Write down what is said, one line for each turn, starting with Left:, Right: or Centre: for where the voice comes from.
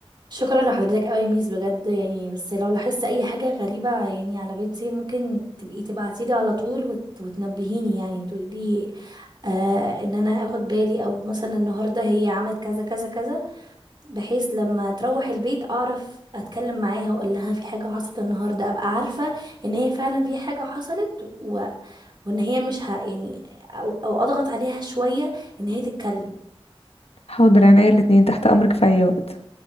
Right: شكرا لحضرتك قوي ميس بجد يعني بس لو لاحظت اي حاجة غريبة يعني على بنتي ممكن تبقي تبعتيلي على طول وت... وتنبهيني يعني وتقولي لي آه ان انا اخد بالي او مثلا النهاردة هي عملت كذا كذا كذا بحيث لما تروح البيت اعرف اتكلم معاها واقول لها في حاجة حصلت النهاردة ابقى عارفة ان هي فعلا في حاجة حصلت و... وان هي مش ه... يعني او او اضغط عليها شويه ان هي تتكلم
Left: حاضر انا الاتنين تحت امرك في اي وقت